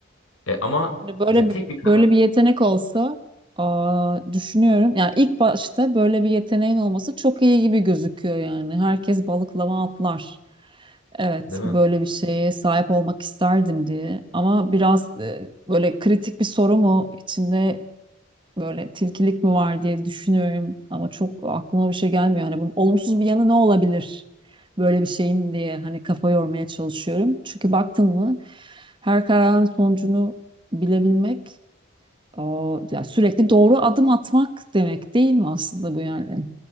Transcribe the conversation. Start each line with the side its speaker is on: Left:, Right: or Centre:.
Left: E, ama
Right: Hani Böyle
Left: mesela tek
Right: bir-
Left: bir karar,
Right: böyle bir yetenek olsa aa, düşünüyorum. Yani ilk başta böyle bir yeteneğin olması çok iyi gibi gözüküyor yani. Herkes balıklama atlar. Evet,
Left: değil mi?
Right: böyle bir şeye sahip olmak isterdim diye. Ama biraz e, böyle kritik bir soru mu içinde böyle tilkilik mi var diye düşünüyorum ama çok aklıma bir şey gelmiyor. Hani bunun olumsuz bir yanı ne olabilir böyle bir şeyin diye hani kafa yormaya çalışıyorum. Çünkü baktın mı her kararın sonucunu bilebilmek o, ya sürekli doğru adım atmak demek değil mi aslında bu yani?